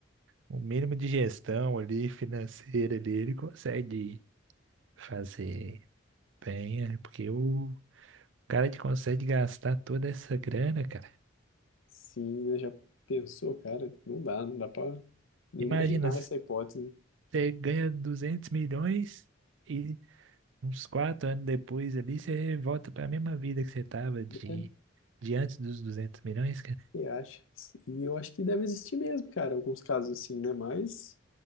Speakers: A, on the right; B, on the left.
A: um mínimo de gestão ali, financeira ali, ele consegue fazer bem, né? porque o cara que consegue gastar toda essa grana, cara.
B: Sim, né? Já pensou, cara? Não dá, não dá pra nem
A: Imagina,
B: imaginar essa hipótese.
A: você ganha 200 milhões e uns quatro anos depois ali, você volta pra mesma vida que você tava de,
B: É,
A: de antes dos 200 milhões, cara.
B: você acha? E eu acho que deve existir mesmo, cara, alguns casos assim, né? Mas.